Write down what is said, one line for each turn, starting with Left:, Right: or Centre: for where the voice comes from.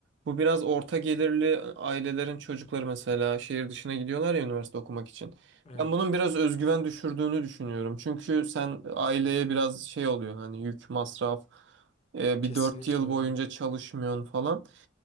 Right: bu biraz orta gelirli ailelerin çocukları mesela şehir dışına gidiyorlar ya üniversite okumak için.
Left: Evet,
Right: Ben bunun biraz özgüven düşürdüğünü düşünüyorum. Çünkü sen aileye biraz şey oluyor hani yük, masraf, e, bir
Left: kesinlikle
Right: dört yıl
Left: öyle.
Right: boyunca çalışmıyorsun falan.